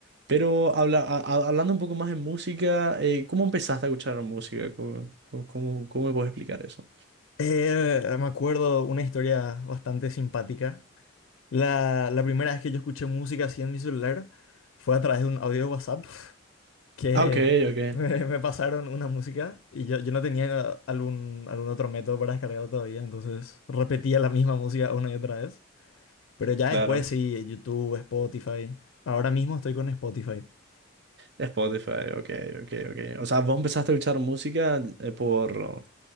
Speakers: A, on the right; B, on the left.
A: Pero habla, a- a- hablando un poco más de música, eh, ¿cómo empezaste a escuchar música? ¿Cómo, cómo, cómo- cómo me puedes explicar eso?
B: Eh, me acuerdo una historia bastante simpática. La, la primera vez que yo escuché música así en mi celular fue a través de un audio de WhatsApp <laughs> que
A: Ah, ok, ok.
B: me, me pasaron una música y yo, yo no tenía algún, algún otro método para descargar todavía, entonces repetía la misma música una y otra vez. Pero ya
A: Claro.
B: después sí, YouTube, Spotify. Ahora mismo estoy con Spotify.
A: Spotify, ok, ok, ok. O sea, vos empezaste a escuchar música eh, por.